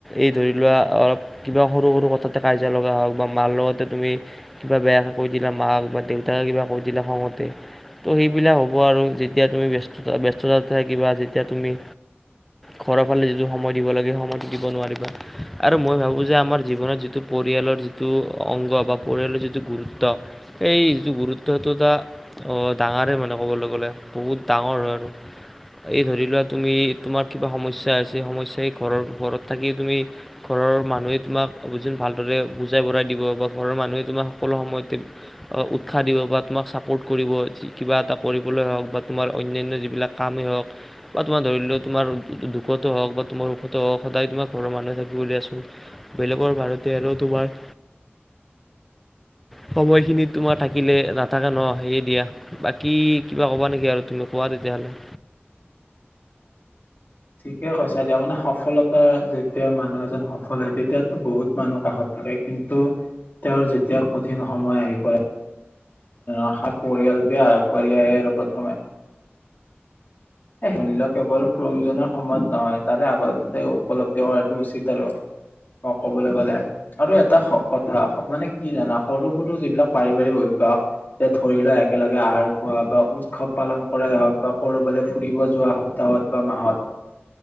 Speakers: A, in the centre; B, on the left (about 45°).
A: এই ধৰি লোৱা অলপ কিবা সৰু-সৰু কথাতে কাজিয়া লগা হ হওক-বা মাল লগতে তুমি, কিবা বেয়াকে কৈ দিলা মাক বা দেউতাক কিবা কৈ দিলা খঙতে, ত সেইবিলাক হ'ব আৰু যেতিয়া তুমি ব্যস্ততা ব্যস্ততা ঠাই কিবা যেতিয়া তুমি ঘৰৰ ফালে যিটো সময় দিব লাগে সে-সময়তটো দিব নোৱাৰিবা আৰু মই ভাবো যে আমাৰ জীৱনত যিটো প পৰিয়ালৰ যিটো অংগ বা পৰিয়ালৰ যিটো গুৰুত্ব, সেই যিটো গুৰুত্বটো দুটা অ ডাঙাৰে মানে ক'বলৈ গ'লে, বহুত ডাঙৰ ল'ৰাটো
B: <inaudible>
A: এই ধৰি লোৱা তুমি তোমাৰ কিবা সমস্যা আছে সমস্যাই ঘৰৰ ঘৰত থাকি তুমি ঘৰৰ মানুহে তোমাক <unintelligible> ভালদৰে বুজাই বঢ়াই দিব বা ঘৰৰ মানুহে তোমাক সকলো সময়তে উৎসাহ দিব বা তোমাক ছাপৰ্ট কৰিব কিবা এটা কৰিবলৈ হওঁক বা তোমাৰ অন্যান্য যিবিলাক কামেই হওঁক বা তোমাৰ ধৰি লও তোমাৰ দুখতো হওঁক বা তোমাৰ সুখতো হওঁক সদায় তোমাৰ ঘৰৰ মানুহে থাকিব দিয়াচোন বেলেগৰ ভাৰতে আৰু তোমাৰ
B: <inaudible>
A: সময় খিনিত তোমাৰ থাকিলে নাথাকা ন সেয়ে দিয়া বাকী কিবা কবা নেকি আৰু তুমি কোৱা হ'ব তেতিয়াহ'লে
B: <inaudible> ঠিকে কৈছা দিয়া মানে সফলতা যেতিয়া মানুহ এজন সফল হয় তেতিয়াতো বহুত মানুহ কাষত থাকে কিন্তু তেওঁৰ যেতিয়া কঠিন সময় আহি পৰে আশা পৰিয়ালটোৱে আগবাঢ়ি আহে আৰু প্ৰথমে এহ মূল্য কেৱল প্ৰয়োজনীয় সময়ত নহয় তাৰে আগতেও উপলব্ধি কৰাটো উচিত আৰু অ ক'বলৈ গ'লে আৰু এটা কথা মানে কি জানা সৰু সৰু যিবিলাক পাৰিবাৰিক অ বা তে ধৰি লোৱা একেলগে আহাৰ খোৱা বা উৎসৱ পালন কৰাই হওঁক বা কৰবালৈ ফুৰিব যোৱা সপ্তাহত বা মাহত